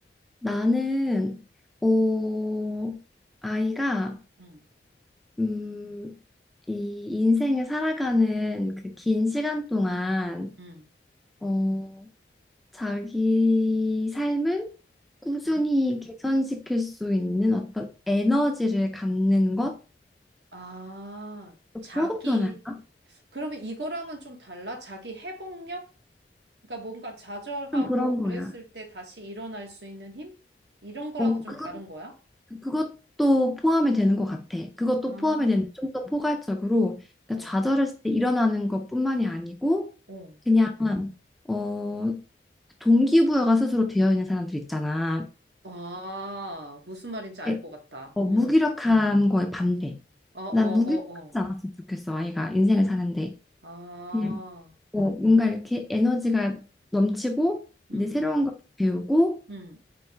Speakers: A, in the centre; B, on the right.
A: 나는, 어, 아이가
B: 응,
A: 음, 이 인생을 살아가는 그 긴 시간 동안,
B: 응,
A: 어, 자기 삶을 꾸준히
B: 응?
A: 개선시킬 수 있는 어떤 에너지를 갖는 것?
B: 아, 자기.
A: 뭐라고 표현할까?
B: 그러면 이거랑은 좀 달라? 자기 회복력? 그러니까 뭔가 좌절하고
A: 좀 그런
B: 그랬을
A: 거야.
B: 때 다시 일어날 수 있는 힘? 이런 거랑은
A: 어,
B: 좀
A: 그것,
B: 다른 거야?
A: 그것도 포함이 되는 것 같아. 그것도
B: 아,
A: 포함이 되는데 좀 더 포괄적으로, 그러니까
B: 어,
A: 좌절했을 때 일어나는 것뿐만이 아니고,
B: 어.
A: 그냥, 어, 동기부여가 스스로 되어 있는 사람들 있잖아.
B: 아, 무슨 말인지
A: 그,
B: 알 것 같다.
A: 어, 무기력한
B: 응.
A: 거에 반대.
B: 어, 어, 어,
A: 난 무기력하지
B: 어.
A: 않았으면 좋겠어, 아이가 인생을 사는데.
B: 아,
A: 그냥 어, 뭔가 이렇게 에너지가 넘치고,
B: 음,
A: 이제 새로운 걸 배우고,
B: 음.